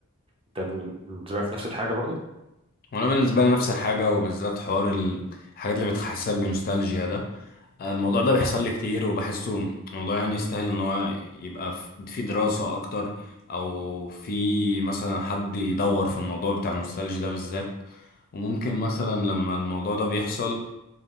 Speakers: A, on the right; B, on the left.
A: أنت بالنسبة لك نفس الحاجة برضو
B: وانا بالنسبه لي نفس الحاجه وبالذات حوار ال- الحاجات اللي بتحسسك بنوستالجيا ده آه، الموضوع ده بيحصل لي كتير وبحسه موضوع يعني يستاهل ان هو يبقى في في دراسه اكتر او في مثلا حد يدور في الموضوع بتاع النوستالجيا ده بالذات وممكن مثلا لما الموضوع ده بيحصل